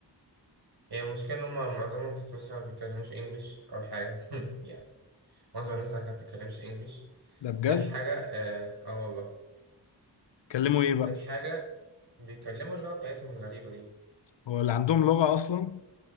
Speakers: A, on the right; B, on the left.
A: هي المشكلة إن هما معظمهم في سويسرا بيتكلموش إنجليش أول حاجة <laughs> يعني معظم الناس هناك ما بتتكلمش إنجليش
B: ده بجد
A: تاني حاجة آه, آه والله
B: كلمه ايه بقى
A: تاني حاجة بيتكلموا اللغة بتاعتهم الغريبة دي
B: هو اللي عندهم لغة اصلا